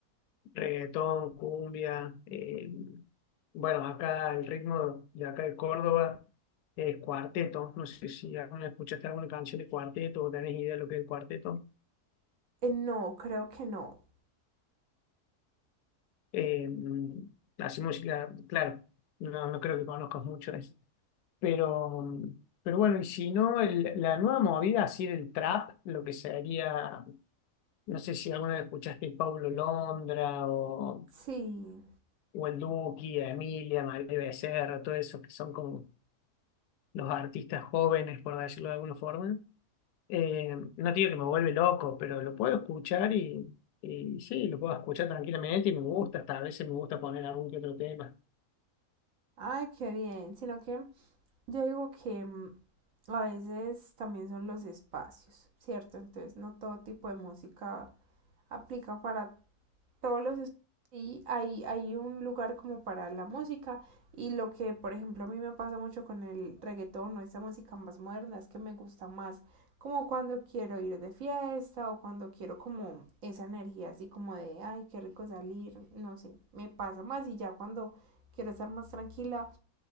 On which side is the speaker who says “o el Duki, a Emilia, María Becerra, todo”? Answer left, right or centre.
Left